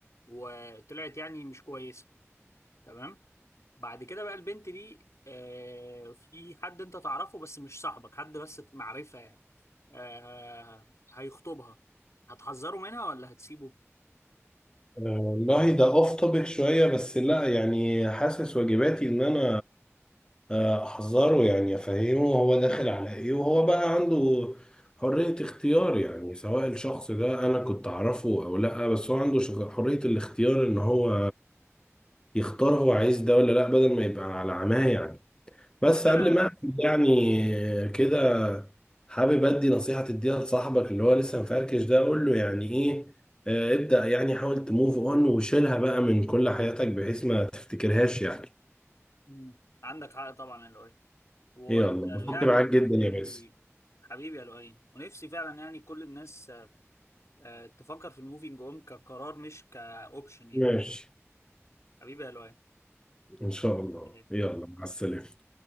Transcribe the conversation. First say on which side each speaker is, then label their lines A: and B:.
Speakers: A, on the left; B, on the left.
A: وطلعت يعني مش كويسه تمام بعد كده بقى البنت دي آه، في حد انت تعرفه بس مش صاحبك حد بس معرفه يعني آه، هيخطبها هتحذره منها ولا هتسيبه؟
B: آه، والله ده اوف توبيك شوية بس لا يعني حاسس واجباتي ان انا آه، احذره يعني افهمه هو داخل على ايه وهو بقى عنده حرية اختيار يعني سواء الشخص ده انا كنت اعرفه او لا بس هو عنده شخ- حرية الاختيار ان هو يختار هو عايز ده ولا لا بدل ما يبقى على عماه يعني بس
A: بص انا
B: قبل ما أقفل يعني كده حابب ادي نصيحة تديها لصاحبك اللي هو لسه مفركش ده اقول له يعني ايه آه، ابدأ يعني حاول تموف اون وشيلها بقى من كل حياتك بحيث ما تفتكرهاش يعني
A: مم. عندك حق طبعا يا لؤي ويعني
B: يلا اتبسطت معاك
A: انا نفسي
B: جدا يا باسم
A: حبيبي يا لؤي ونفسي فعلا يعني كل الناس آه، تفكر في الموفينج اون كقرار مش كاوبشن يعني
B: ماشي
A: حبيبي يا لؤي
B: إن شاء الله
A: سلام.
B: يلا مع السلامة